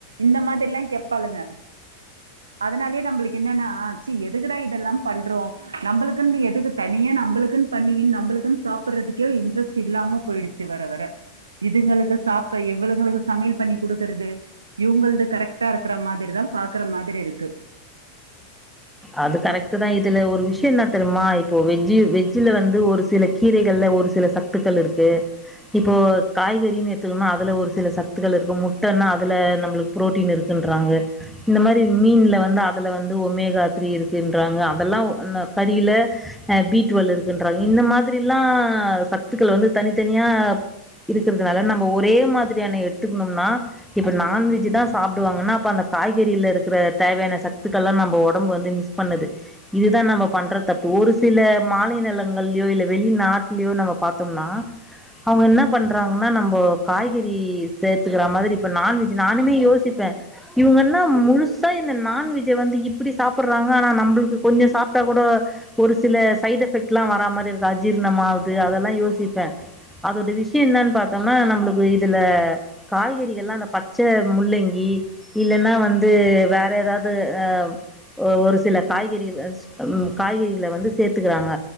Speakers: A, on the right (about 75°); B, in the centre.
A: இந்த மாதிரில்லா கேப்பாளுங்க அதனாலயே நம்ளுக்கு என்னன்னா ச்சி எதுக்குடா இதெல்லா பண்றோ நம்பளுக்குன்னு எதுக்கு தனியா நம்ளுக்குன்னு பண்ணீக்குன்னு நம்பளுக்கு சாப்படுறதுக்கே இன்ட்ரெஸ்ட் இல்லாம போயிடுச்சு வர வர இதுங்களுக்கு சாப்ப இவளுங்களுக்கு சமையல் பண்ணி குடுக்கறது இவுங்கள்து கரெக்ட்டா இருக்கற மாதிரிதா பாக்குற மாதிரி இருக்கு
B: அது கரெக்ட்டு தா இதுல ஒரு விஷய என்ன தெரியுமா இப்போ வெஜ்ஜு வெஜ்ஜுல வந்து ஒரு சிலக்கு கீரைகள்ல ஒரு சில சத்துக்கள் இருக்கு இப்போ காய்கறின்னு எடுத்துக்கனா அதுல ஒரு சில சத்துகள் இருக்கு முட்டனா அதுல நம்பளுக் புரோட்டீன் இருக்குன்றாங்க இந்த மாரி மீன்ல வந்து அதுல வந்து ஒமேகா த்ரீ இருக்குன்றாங்க அதெல்லா ன கறியில அ பி டுவல் இருக்குன்றாங்க இந்த மாதிரில்லா சத்துக்கள வந்து தனி தனியா இருக்கறதுனால நம்ப ஒரே மாதிரியான எடுத்துக்கணும்னா இப்ப நான்வெஜ் தா சாப்டுவாங்கன்னா அப்ப அந்த காய்கறில இருக்கற தேவையான சத்துக்கள்ல்லா நம்ப ஒடம் ஒடம்பு வந்து மிஸ் பண்ணுது இதுதா நம்ம பண்றது தப்பு ஒரு சில மாநிலங்கள்லயோ இல்ல வெளிநாட்டுலயோ நம்ம பாத்தோம்னா அவுங்க என்ன பண்ணுறாங்கன்னா நம்போ காய்கறி சேர்த்துக்கற மாரி இப்ப நான்வெஜ் நானுமே யோசிப்ப இவுங்க என்னா முழுசா இந்த நான்வெஜ்ஜ வந்து இப் இப்படி சாப்படுறாங்க ஆனா நம்பளுக்கு கொஞ்சோ சாப்ட்டா கூட ஒரு சில சைட் எஃபெக்ட்ல்லா வர மாரி இருக்கு அஜீர்ணமாவது அதெல்லா யோசிப்ப அதோட விஷ்யோ என்னன் பாத்தோம்னா நம்பளுக்கு இதுல காய்கறிகள்ல்லா அந்த பச்ச முள்ளங்கி இல்லன்னா வந்து வேற எதாவது அ ஒரு சில காய்கறி உ ம் காய்கறிகள வந்து சேத்துக்குறாங்க